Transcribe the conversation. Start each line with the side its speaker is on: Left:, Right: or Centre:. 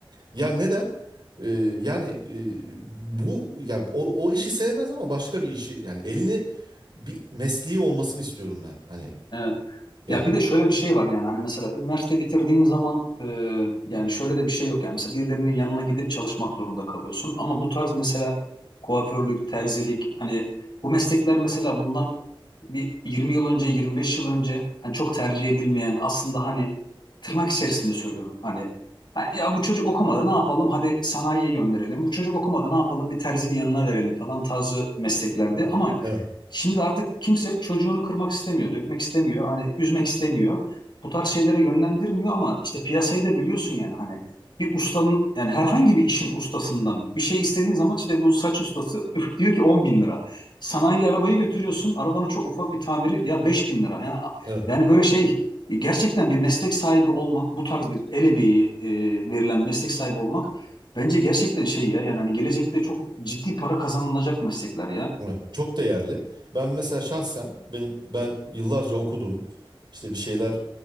Right: Ya neden? Ee, yani e, bu ya o, o işi sevmez ama başka bir işi yani elini bir mesleği olmasını istiyorum ben. Hani
Left: Evet.
Right: yani.
Left: Ya bir de şöyle bir şey var yani hani mesela üniversite bitirdiğin zaman e, yani şöyle de bir şey yok yani mesela birilerinin yanına gidip çalışmak zorunda kalıyorsun ama bu tarz mesela kuaförlük, terzilik hani bu meslekler mesela bundan bir 20 yıl önce 25 yıl önce hani çok tercih edilmeyen aslında hani tırnak içerisinde söylüyorum hani, hani ya bu çocuk okumadı ne yapalım hadi sanayiye gönderelim bu çocuk okumadı ne yapalım bir terzinin yanına verelim falan tarzı mesleklerdi ama
Right: Evet,
Left: Şimdi artık kimse çocuğunu kırmak istemiyor, dökmek istemiyor, hani üzmek istemiyor. Bu tarz şeylere yönlendirmiyor ama işte piyasayı da biliyorsun yani hani bir ustanın yani herhangi bir işin ustasından bir şey istediğin zaman işte bu saç ustası <laughs> üf, diyor ki on bin lira. Sanayi arabayı götürüyorsun arabanın çok ufak bir tamiri ya beş bin lira. Yani,
Right: evet,
Left: yani böyle şey gerçekten bir meslek sahibi olmak bu tarz bir el emeği e, verilen meslek sahibi olmak bence gerçekten şey ya yani hani gelecekte çok ciddi para kazanılacak meslekler ya.
Right: evet. Çok değerli. Ben mesela şahsen benim ben yıllarca okudum işte bir şeyler